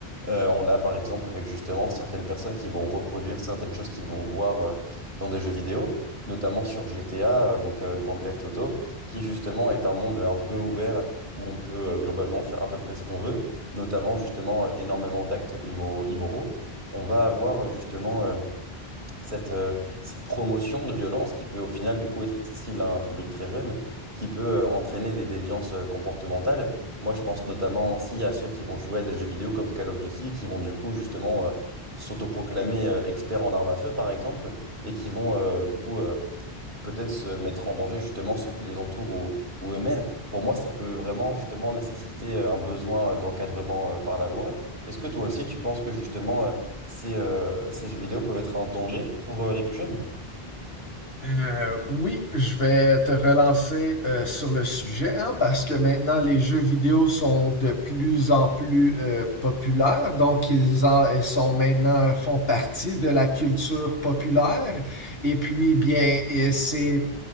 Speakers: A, on the right; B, on the left.
A: Euh, on l'a par exemple avec justement certaines personnes qui vont reproduire certaines choses qu'ils vont voir euh, dans des jeux vidéo, notamment sur GTA, euh, donc euh, Grand Theft Auto, qui justement est un monde un peu ouvert où on peut euh, globalement faire à peu près ce qu'on veut, notamment justement euh, énormément d'actes immoraux. immoraux. On va avoir euh, justement... euh, cette, euh, cette promotion de violence qui peut au final du coup être accessible à un public très jeune, qui peut euh, entraîner des déviances euh, comportementales. Moi, je pense notamment aussi à ceux qui vont jouer à des jeux vidéo comme Call of Duty, qui vont du coup justement euh, s'autoproclamer euh, experts en armes à feu par exemple, et qui vont euh, du coup euh, peut-être se mettre en danger justement ceux qui les entourent ou, ou eux-mêmes. Pour moi, ça peut vraiment justement nécessiter euh, un besoin euh, d'encadrement euh, par la loi. Est-ce que toi aussi, tu penses que justement euh, ces, euh, ces jeux vidéo peuvent être un danger pour euh, les plus jeunes?
B: Euh, oui, je vais te relancer euh, sur le sujet, hein, parce que maintenant les jeux vidéo sont de plus en plus euh, populaires, donc ils en ils sont maintenant font partie de la culture populaire. Et puis eh bien, et c'est